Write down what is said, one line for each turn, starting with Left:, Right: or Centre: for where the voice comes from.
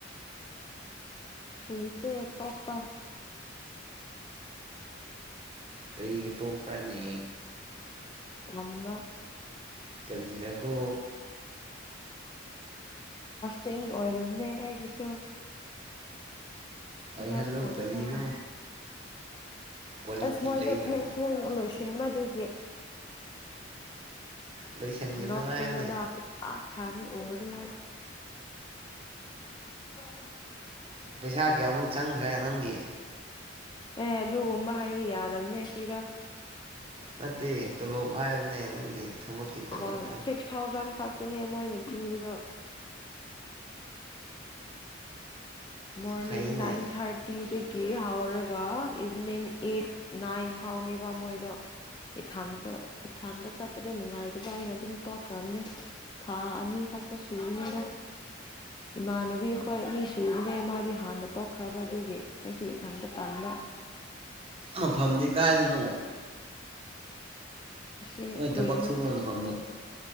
Left: ꯀꯏ ꯐꯦ ꯄꯥꯄ
Right: ꯀꯔꯤꯒꯤ ꯇꯣꯛꯄ꯭ꯔꯥꯅꯦ
Left: ꯃꯅ
Right: ꯀꯜꯒꯤꯔꯥ ꯀꯣ
Left: ꯄꯤꯡ ꯑꯣꯏꯂꯝꯅꯦ ꯑꯩꯒꯤꯁꯨ ꯊꯕꯥ
Right: ꯑꯣꯏꯍꯜꯂꯣ
Left: ꯇ
Right: ꯀꯔꯤꯅꯣ
Left: ꯎꯗ ꯎꯝ
Right: ꯀ꯭ꯋꯥꯂꯤꯇꯤ
Left: ꯑꯁ ꯃꯣꯏꯗꯣ
Right: ꯂꯩꯇꯕ
Left: ꯊꯦꯡ ꯊꯦꯡ ꯂꯣꯏꯁꯤꯟꯕꯗꯨꯒꯤ
Right: ꯂꯣꯏꯁꯤꯟꯒꯅꯨ
Left: ꯅꯣ
Right: ꯍꯥꯏꯌꯨꯅꯦ
Left: ꯀꯅꯣꯗ ꯎꯄ ꯃ ꯊꯥꯅꯤ ꯑꯣꯔ ꯍ
Right: ꯄꯩꯁꯥ ꯀꯌꯥꯃꯨꯛ ꯆꯪꯈ꯭ꯔꯦ ꯅꯪꯒꯤ
Left: ꯑꯦ ꯑꯗꯨꯒꯨꯝꯕ ꯍꯥꯏꯕ ꯌꯥꯗꯕꯅꯦ ꯁꯤꯗ
Right: ꯅꯠꯇ ꯇ ꯂꯣ ꯍꯥꯏꯅꯦ ꯅꯪꯒꯤ ꯊꯕꯛꯀꯤ ꯇꯣꯂꯣꯞꯇꯣ
Left: ꯈ ꯁꯤꯁ ꯊꯥꯎꯖ ꯐ ꯅꯦ ꯃꯣꯏꯅ ꯄꯤꯕꯗꯣ ꯃꯣꯔꯅꯤꯡ
Right: ꯐꯩꯅꯦ
Left: ꯅꯥꯏꯟ ꯊꯔꯇꯤ ꯤ ꯍꯧꯥꯎꯔꯒ ꯏꯚꯅꯤꯡ ꯑꯦꯠ ꯅꯥꯏꯟ ꯐꯥꯎꯅꯦꯕ ꯃꯣꯏꯗꯣ ꯏꯊꯥꯟꯕ ꯏꯊꯥꯟꯕ ꯆꯠꯄꯗꯣ ꯅꯨꯡꯉꯥꯏꯗꯕ ꯍꯥꯏꯅ ꯑꯗꯨꯝ ꯇꯧꯈ꯭ꯔꯕꯅꯦ ꯊꯥ ꯑ ꯐ ꯅꯤ ꯏꯃꯥꯟꯅꯕꯤ ꯑꯩꯈꯣꯏ ꯑꯅꯤ ꯁꯨꯕꯅꯤ ꯦ ꯃꯥꯗꯤ ꯍꯥꯟꯅ ꯇꯣꯛꯈ꯭ꯔꯕ ꯑꯗꯨꯒꯤ ꯑꯩꯁꯨ ꯏꯊꯟꯇ ꯇꯟꯥꯟꯕ
Right: ꯃꯐꯝꯗꯤ ꯀꯥꯏꯗꯅꯣ
Left: ꯁꯤ
Right: ꯅꯣꯏ
Left: ꯀ꯭ꯋꯤꯟꯁ
Right: ꯊꯕꯛ ꯁꯨꯕ ꯃꯐꯝꯗꯣ